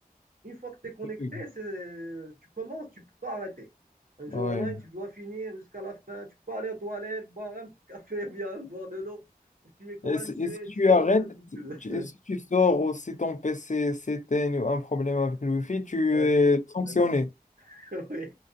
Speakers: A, on the right; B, on the left.
A: Une fois que tu
B: <laughs>
A: es connecté, tu commences, tu ne peux pas arrêter. Un jeu
B: Ouais.
A: online, tu dois finir jusqu'à la fin. Tu peux aller aux toilettes, boire un petit café <laughs> ou bien boire de l'eau. Tu es coincé
B: Et si, et si tu
A: jusqu'à
B: arrêtes,
A: la fin du jeu.
B: tu-
A: <laughs>
B: et si tu sors ou si ton PC s'éteint ou un problème avec le Wi-Fi, tu
A: Ouais,
B: es sanctionné.
A: c'est bon. <laughs> Oui.